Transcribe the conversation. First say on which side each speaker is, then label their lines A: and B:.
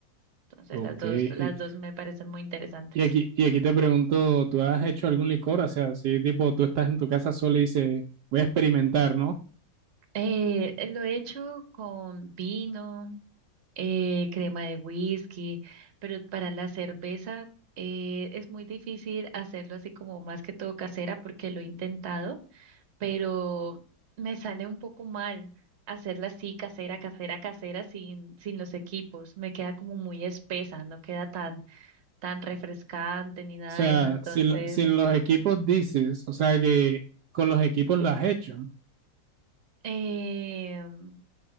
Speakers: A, on the right; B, on the right.
A: Entonces,
B: Ok,
A: las dos,
B: y,
A: las dos me parecen muy interesantes.
B: y aquí, y aquí te pregunto, ¿tú has hecho algún licor? O sea, si tipo tú estás en tu casa sola y dices, voy a experimentar, ¿no?
A: Eh, lo he hecho con vino, eh, crema de whisky, pero para la cerveza eh, es muy difícil hacerlo así como más que todo casera porque lo he intentado pero me sale un poco mal hacerla así, casera, casera, casera, sin, sin los equipos. Me queda como muy espesa, no queda tan, tan refrescante ni nada
B: O sea,
A: de eso. Entonces,
B: sin, sin los equipos dices, o sea que con los equipos lo has hecho.
A: em,